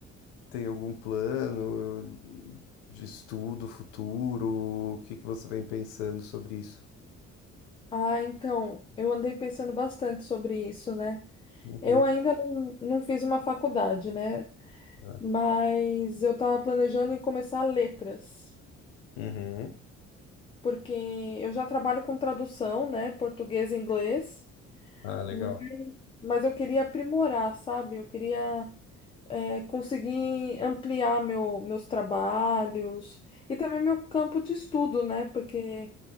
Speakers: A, on the left; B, on the left.
A: Tem algum plano de estudo futuro? O que que você vem pensando sobre isso?
B: Ah, então, eu andei pensando bastante sobre isso, né?
A: Uhum.
B: Eu ainda não, não fiz uma faculdade, né?
A: Ah,
B: Mas eu estava planejando em começar letras,
A: Uhum.
B: porque eu já trabalho com tradução, né? Português e inglês,
A: Ah, legal.
B: hum, mas eu queria aprimorar, sabe? Eu queria, eh, conseguir ampliar meu, meus trabalhos e também meu campo de estudo, né? Porque